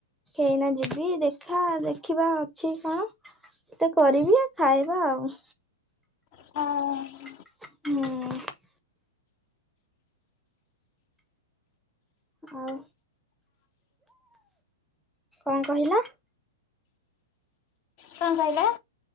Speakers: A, in the centre; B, on the left.
A: ଏଇନା ଯିବି ଦେଖା ଦେଖିବା ଅଛି କଣତେ କରିବି ଆ ଖାଇବା ଆଉ।
B: ହଁ।
A: ମୁଁ ଆଉ କଣ କହିଲା।
B: କଁ କହିଲ?